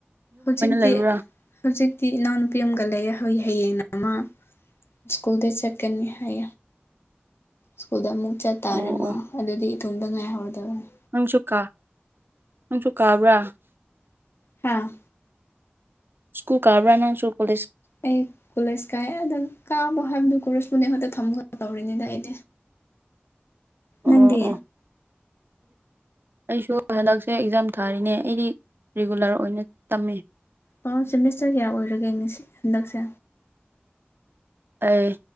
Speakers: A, on the left (about 75°); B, on the right (about 60°).
A: ꯍꯧꯖꯤꯗꯤ
B: ꯂꯩꯕ꯭ꯔꯥ
A: ꯍꯧꯖꯤꯛꯇꯤ ꯏꯅꯥꯎꯅꯨꯄꯤ ꯑꯃꯒ ꯂꯩ ꯍꯌꯦꯡ ꯑꯃ ꯁ꯭ꯀꯨꯜꯗ ꯆꯀꯅꯤ ꯍꯥꯏ ꯁ꯭ꯀꯨꯜꯗ ꯑꯃꯨꯛ ꯆꯠꯇꯥꯥꯔꯝꯃ
B: ꯑꯣ ꯑꯣ
A: ꯑꯗꯨꯗꯤ ꯏꯇꯣꯗ ꯉꯥꯏꯍꯧꯔꯗꯕꯅꯤ
B: ꯅꯪꯁꯨ ꯀꯥ ꯅꯪꯁꯨ ꯀꯥꯕ꯭ꯔꯥ
A: ꯍꯥꯥ
B: ꯁ꯭ꯀꯨ ꯀꯥꯕ꯭ꯔꯥ ꯅꯪꯁꯨ ꯀꯂꯦꯖ
A: ꯑꯩ ꯀꯣꯂꯦꯖ ꯀꯥꯏꯑꯦ ꯑꯗꯨꯗꯅ ꯀꯥꯕꯣ ꯍꯥꯏꯕꯗꯨ ꯀꯣꯂꯦꯖꯄꯨꯅꯦ ꯑꯩꯉꯣꯟꯛꯇ ꯊꯝꯒ ꯇꯧꯔꯤꯅꯤꯗ ꯑꯩꯗꯤ
B: ꯑꯣ
A: ꯅꯪꯗꯤ
B: ꯑꯣ ꯑꯩꯁꯨ ꯍꯟꯗꯛꯁꯦ ꯑꯦꯛꯖꯥꯝ ꯊꯥꯔꯤꯅꯦ ꯑꯩꯗꯤ ꯔꯤꯒꯨꯂꯔ ꯑꯣꯏꯅ ꯇꯝꯃꯦ
A: ꯑꯣ ꯁꯦꯃꯤꯁꯇꯔ ꯀꯌꯥ ꯑꯣꯏꯔꯒꯦ ꯉꯁꯤ ꯍꯟꯗꯛꯁꯦ
B: ꯑꯦ